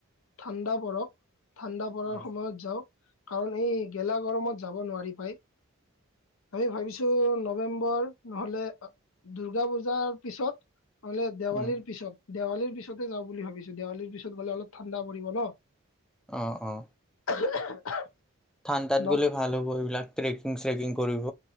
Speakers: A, on the left; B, in the centre.
A: ঠাণ্ডা পৰক। ঠাণ্ডা পৰাৰ
B: উম
A: সময়ত যাওঁ কাৰণ এই গেলা গৰমত যাব নোৱাৰি ভাই। আমি ভাবিছো নৱেম্বৰ নহ'লে পা দূৰ্গা পূজাৰ পিছত নহলে দেৱালীৰ
B: উম
A: পিছত। দেৱালীৰ পিছতে যাম বুলি ভাবিছো, দেৱালীৰ পিছত গ'লে অলপ ঠাণ্ডা পৰিব ন।
B: অ অ।
A: <unintelligible>
B: ঠাণ্ডাত গ'লে
A: ন।
B: ভাল হ'ব এইবিলাক ট্ৰেকিং, চ্ৰেকিং কৰিব।